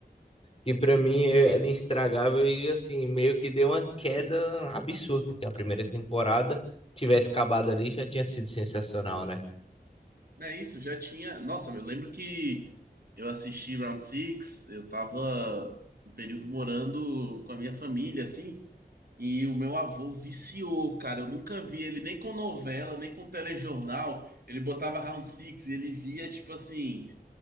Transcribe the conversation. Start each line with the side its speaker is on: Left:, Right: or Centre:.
Left: que pra mim é,
Right: Não é
Left: era
Right: isso?
Left: estragável e assim, meio que deu uma queda absurda, porque a primeira temporada tivesse acabado ali já tinha sido sensacional, né?
Right: Não é isso? Já tinha. Nossa, eu lembro que eu assisti Round Six, eu tava um período morando com a minha família, assim. E o meu avô viciou, cara. Eu nunca vi ele nem com novela, nem com telejornal. Ele botava Round Six e ele via, tipo assim.